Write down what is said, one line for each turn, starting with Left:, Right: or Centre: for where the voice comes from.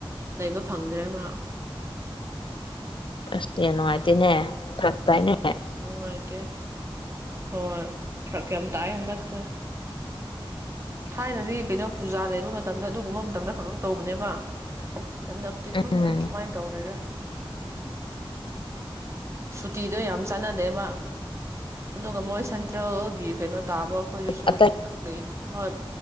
Right: ꯂꯩꯕ ꯐꯪꯗ꯭ꯔꯦ ꯃꯥ꯫
Left: ꯑꯁ <unintelligible> ꯅꯨꯡꯉꯥꯏꯇꯦꯅꯦ ꯐꯔꯛ ꯇꯥꯏꯅꯦ
Right: ꯅꯨꯉꯥꯏꯇꯦ꯫ ꯍꯣꯢ꯫ ꯐꯔꯛ ꯀꯌꯥꯝ ꯇꯥꯏ ꯍꯟꯗꯛꯁꯦ꯫ ꯊꯥꯏꯅꯗꯤ ꯀꯩꯅꯣ ꯄꯨꯖꯥ ꯂꯩꯕ ꯃꯇꯝꯗ ꯑꯗꯨꯒꯨꯝꯕ ꯃꯇꯝꯗ ꯈꯛꯇꯪ ꯇꯧꯕꯅꯦꯕ꯫ ꯍꯟꯗꯛꯇꯤ ꯈꯪꯗꯦ
Left: ꯎꯝ
Right: ꯀꯃꯥꯏ ꯇꯧꯔꯤꯔꯥ꯫ ꯁꯨꯇꯤꯗꯨ ꯌꯥꯝ ꯆꯥꯟꯅꯗꯦꯕ ꯑꯗꯨꯒ ꯃꯣꯏ ꯁꯦꯟꯇ꯭ꯔꯦꯜꯒꯤ ꯀꯩꯅꯣ ꯇꯥꯕ꯭ꯔꯣ ꯈꯣꯏꯗꯁꯨ
Left: ꯑꯇꯩ
Right: <unintelligible> ꯍꯣꯏ꯫